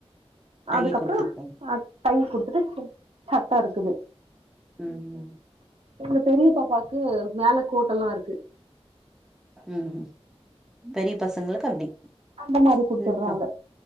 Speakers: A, in the centre; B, on the right.
A: டை
B: அதுக்கப்பறோ
A: குடுத்துருக்காங்க
B: அ டை கொடுத்துட்டு சட்ட இருக்குது.
A: ம் ம்
B: எங்க பெரிய பாப்பாக்கு மேல கோட்டல்லா இருக்கு
A: ம் ம் பெரிய பசங்ளுக்கு அப்டி
B: அந்த மாரி குட்த்துர்றாங்க
A: சின்ன பச